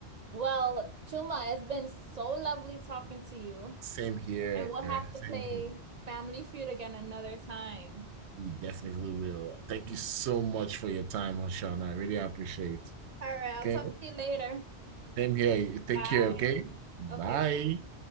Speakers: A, on the right; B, on the right.
A: Well, Chuma, it's been so lovely talking to you,
B: same here
A: and we'll have to play
B: same here
A: Family Feud again another time.
B: we definitely will thank you so much for your time Oshana I really appreciate
A: All right, I'll
B: okay
A: talk to you later.
B: same here take
A: Bye.
B: care okay bye
A: Okay,